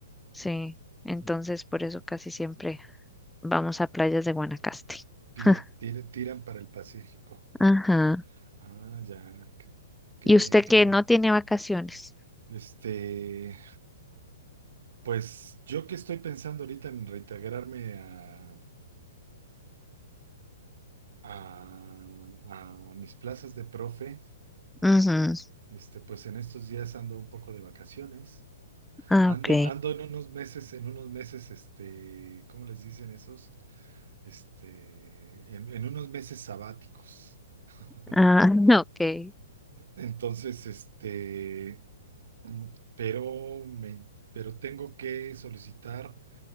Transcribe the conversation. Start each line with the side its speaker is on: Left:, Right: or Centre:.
Centre: Sí, entonces por eso casi siempre vamos a playas de Guanacaste.
Right: Tira,
Centre: <laughs>
Right: tira- tiran para el Pacífico.
Centre: Ajá.
Right: Ah, ya. Qué, qué
Centre: ¿Y
Right: bien,
Centre: usted
Right: qué
Centre: que
Right: bien.
Centre: no tiene vacaciones?
Right: Este, pues yo que estoy pensando ahorita en reintegrarme a, a, a mis plazas de profe,
Centre: Ujú.
Right: este, pues en estos días ando un poco de vacaciones.
Centre: Ah,
Right: Ando,
Centre: ok.
Right: ando en unos meses, en unos meses, este, ¿cómo les dicen esos? Este, en, en unos meses sabáticos. <laughs>
Centre: Ah, <laughs> ok.
Right: Entonces, este, pero me, pero tengo que solicitar